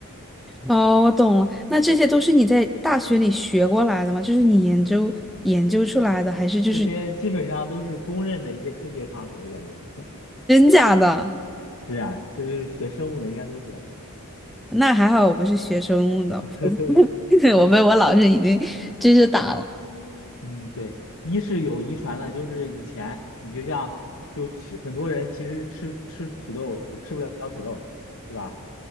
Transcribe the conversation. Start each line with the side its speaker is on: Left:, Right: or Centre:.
Centre: 哦，我懂了，那这些都是你在大学里学过来的吗？就是你研究研究出来的，还是就是？
Left: 这些基本上都是公认的一些科学常识，感觉
Centre: 真假的？
Left: 是啊，这就是学生物的应该都知道。
Centre: 那还好我不是学生物的，
Left: <laughs>
Centre: <laughs> 我被我老师已经追是打了。
Left: 嗯，对，一是有遗传的，就是以前你就像就其很多人其实吃吃土豆吃不了土豆，是吧？